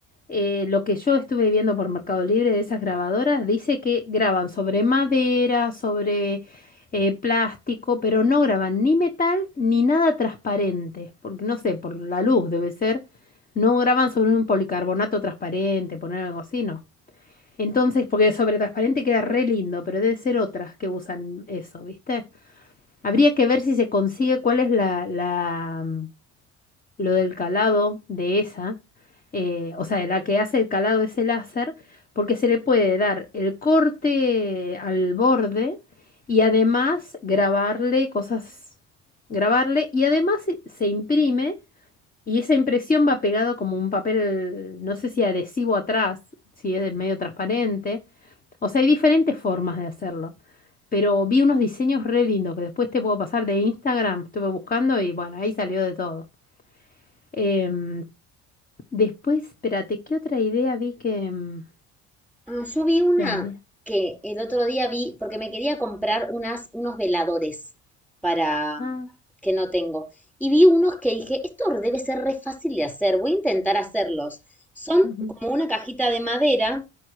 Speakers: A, on the left; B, in the centre.
A: eh, lo que yo estuve viendo por Mercado Libre de esas grabadoras, dice que graban sobre madera, sobre eh, plástico, pero no graban ni metal ni nada transparente, porque no sé, por la luz debe ser, no graban sobre un policarbonato transparente, poner algo así, no. Entonces, porque sobre transparente queda re lindo, pero debe ser otras que usan eso, ¿viste? Habría que ver si se consigue cuál es la, la, mm, lo del calado de esa, eh, o sea, de la que hace el calado ese láser, porque se le puede dar el corte al borde y además grabarle cosas, grabarle y además se se imprime y esa impresión va pegada como un papel, no sé si adhesivo atrás, si es medio transparente, o sea, hay diferentes formas de hacerlo. Pero vi unos diseños re lindos que después te puedo pasar de Instagram. Estuve buscando y bueno, ahí salió de todo. Em, después, espérate, ¿qué otra idea vi que em,
B: Ah, yo vi una
A: también?
B: que el otro día vi, porque me quería comprar unas, unos veladores para
A: Ah,
B: mm, que no tengo. Y vi unos que dije, esto debe ser re fácil de hacer, voy a intentar hacerlos. Son
A: ujú,
B: como una cajita de madera,